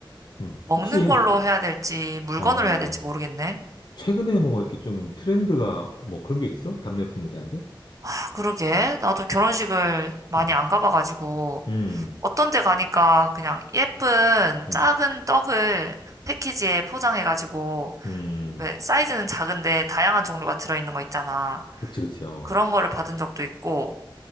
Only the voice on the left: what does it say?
음,
혹시
어.
최근에 뭐 이렇게 좀 트렌드가 뭐 그런 게 있어? 답례품에 대한 게?
음,
음,
음,
음.
그치, 그치. 어.